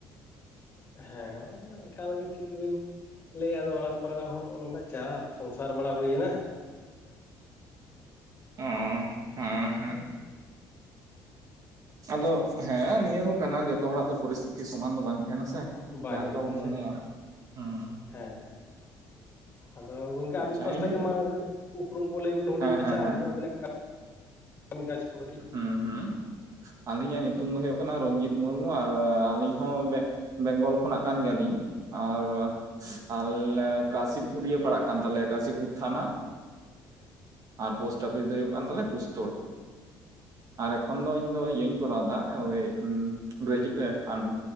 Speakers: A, on the left; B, on the right.
A: ᱦᱮᱸ ᱮᱠᱟᱞᱜᱮ ᱴᱷᱤᱠ ᱜᱮ ᱵᱤᱱ ᱞᱟᱹᱭᱟ, ᱟᱫᱚ ᱚᱲᱟᱜ ᱠᱚᱨᱮᱱᱟᱜ ᱦᱚᱸ ᱱᱚᱜ-ᱚ ᱱᱚᱝᱠᱟ ᱪᱟᱯ᱾ ᱥᱚᱝᱥᱟᱨ ᱵᱟᱲᱟ ᱦᱩᱭᱮᱱᱟ᱾
B: ᱚᱸᱻ ᱦᱮᱸᱻ ᱦᱮᱸᱻ᱾ ᱟᱫᱚ ᱦᱮᱸ ᱱᱤᱭᱟᱹ ᱦᱚᱸ ᱠᱟᱱᱟ ᱡᱚᱛᱚ ᱦᱚᱲᱟᱜ ᱫᱚ ᱯᱚᱨᱤᱥᱛᱷᱤᱛᱤ ᱥᱚᱢᱟᱱ ᱫᱚ ᱵᱟᱝ ᱛᱟᱦᱮᱸᱱᱟ ᱥᱮ᱾
A: ᱵᱟᱭ
B: ᱡᱟᱦᱟᱸ
A: ᱦᱩᱭᱩᱜᱼᱟ,
B: ᱞᱮᱠᱟ ᱵᱚᱱ ᱢᱚᱱᱮᱭᱟ
A: ᱥᱮ ᱦᱮᱸᱻ
B: ᱦᱮᱸ
A: ᱦᱮᱸᱻ᱾ ᱟᱫᱚ ᱜᱚᱝᱠᱮ ᱟᱹᱵᱤᱱ
B: ᱟᱪᱪᱷᱟ
A: ᱯᱟᱥᱴᱟ
B: ᱤᱧ
A: ᱜᱮᱢᱟ, ᱩᱯᱨᱩᱢ ᱠᱚ ᱞᱟᱹᱭ ᱵᱤᱱ ᱦᱩᱰᱤᱧ
B: ᱦᱮᱸ
A: ᱢᱟᱪᱷᱟ
B: ᱦᱮᱸ ᱦᱮᱸ
A: ᱟᱵᱤᱱᱟᱜ ᱠᱟ ᱠᱟᱹᱢᱤ ᱠᱟᱡᱽ ᱠᱚ ᱠᱟᱹᱴᱤᱡ
B: ᱦᱩᱸᱻ ᱦᱩᱸᱻ ᱟᱹᱞᱤᱧᱟᱜ ᱧᱩᱛᱩᱢ ᱫᱚ ᱦᱳᱭᱳᱜ ᱠᱟᱱᱟ ᱨᱚᱱᱡᱤᱛ ᱢᱩᱨᱢᱩ᱾ ᱟᱨ ᱟᱹᱞᱤᱧ ᱦᱚᱸ ᱵᱮᱝᱜᱚᱞ ᱠᱷᱚᱱᱟᱜ ᱠᱟᱱ ᱜᱮᱭᱟᱞᱤᱧ᱾ ᱟᱨ ᱟᱞᱮ ᱠᱟᱥᱤᱯᱩᱨ ᱤᱭᱟᱹ ᱯᱟᱲᱟᱜ ᱠᱟᱱ ᱛᱟᱞᱮᱭᱟ ᱠᱟᱥᱤᱯᱩᱨ ᱛᱷᱟᱱᱟ᱾ ᱟᱨ ᱯᱳᱥᱴ ᱚᱯᱷᱤᱥ ᱫᱚ ᱦᱩᱭᱩᱜ ᱠᱟᱱ ᱛᱟᱞᱮᱭᱟ ᱯᱩᱥᱛᱳᱲ ᱟᱨ ᱮᱠᱷᱚᱱ ᱫᱚ ᱤᱧ ᱤᱭᱟᱹᱧ ᱠᱚᱨᱟᱣᱫᱟ ᱳᱭ ᱜᱮᱡᱩᱮᱴ ᱟᱱ